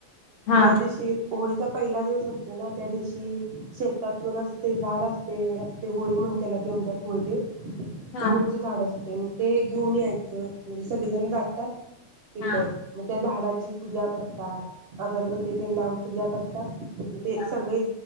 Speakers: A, on the left; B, on the right.
A: हा
B: ज्या दिवशी होळीचा पहिला दिवस असतो ना त्या दिवशी कि शेतातून असं ते झाड असतय असते होळी म्हणून त्याला म्हणत्यात होळीदेव
A: हा
B: ते उंच झाड असतय म ते घेऊन यायचं म्हणजे सगळेजण जातात. तिथ
A: हा
B: मग त्या झाडा ची पूजा करतात, अगरबती तेन लावून पूजा करतात. तिथं ते
A: हा.
B: सगळी